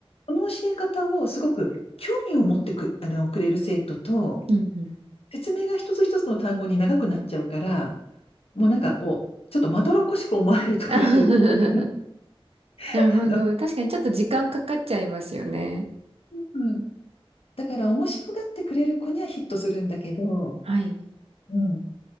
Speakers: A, on the left; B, on the right.
A: この教え方をすごく興味を持ってく、あの、くれる生徒と、
B: うんうん。
A: 説明が一つ一つの単語に長くなっちゃうから、もうなんかこう、ちょっとまどろっこしく思われる時があるっていう
B: <laughs>
A: か、
B: なるほど。
A: <laughs> あの、
B: 確かにちょっと時間かかっちゃいますよね。
A: うん。だから面白がってくれる子にはヒットするんだけど、
B: はい。
A: うん。